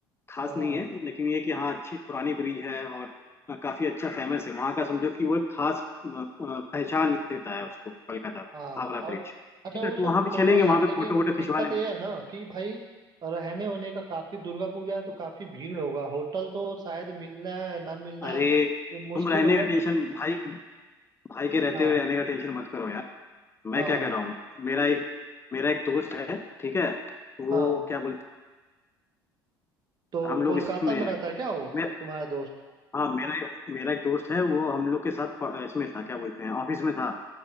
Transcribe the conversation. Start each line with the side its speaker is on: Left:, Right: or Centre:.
Left: खास
Right: हाँ
Left: नहीं है लेकिन ये कि हाँ अच्छी पुरानी ब्रिज है और काफी अच्छा फेमस है वहाँ का समझो कि वो एक खास अ, अ, पहचान देता है उसको कोलकाता को
Right: हाँ
Left: हावड़ा
Right: और
Left: ब्रिज
Right: अच्छा
Left: ठीक
Right: वो
Left: है तो
Right: सब
Left: वहाँ भी
Right: छोड़ो
Left: चलेंगे
Right: यार
Left: वहाँ पे
Right: लेकिन
Left: फोटो वोटो खिंचवा
Right: दिक्कत
Left: लेंगे
Right: ये है ना कि भाई रहने होने का काफी दुर्गा पूजा है तो काफी भीड़ होगा होटल तो शायद मिलना है ना मिलना
Left: अरे
Right: ये मुश्किल
Left: तुम रहने
Right: होगा
Left: का टेंशन भाई भाई के रहते
Right: हाँ
Left: हुए रहने का टेंशन मत करो यार मैं
Right: हाँ
Left: क्या कह रहा हूँ मेरा एक मेरा एक दोस्त है ठीक है वो
Right: हाँ
Left: क्या बोलते
Right: तो
Left: हैं, हम लोग
Right: कोलकाता
Left: इसमें
Right: में रहता है क्या वो
Left: मैं
Right: तुम्हारा दोस्त
Left: हाँ मेरा एक मेरा एक दोस्त है वो हम लोग के साथ प- इसमें था क्या बोलते हैं ऑफिस में था